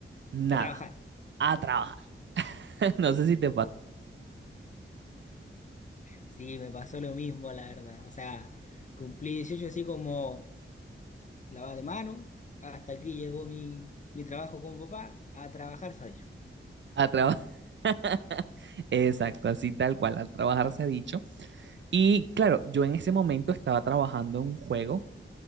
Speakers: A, on the right; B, on the left.
A: nada,
B: A trabajar.
A: a trabajar. <laughs> No sé si te pasa.
B: Sí, me pasó lo mismo, la verdad. O sea, cumplí 18 así como lavada de mano. Hasta aquí llegó mi, mi trabajo como papá a trabajar, sabes.
A: A trabajar. <laughs> Exacto, así tal cual, al trabajar se ha dicho. Y claro, yo en ese momento estaba trabajando en un juego